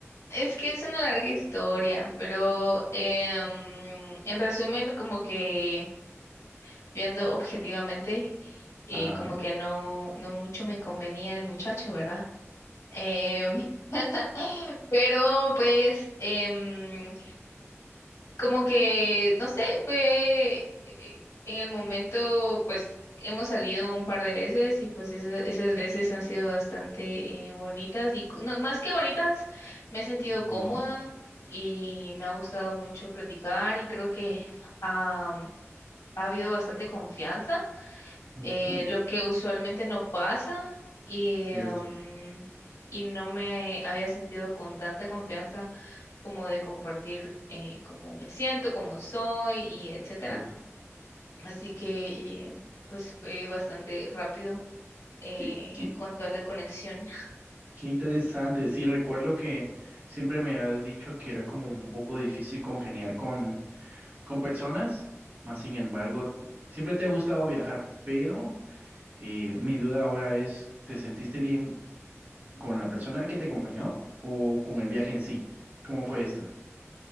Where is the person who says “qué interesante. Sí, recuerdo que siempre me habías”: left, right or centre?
Right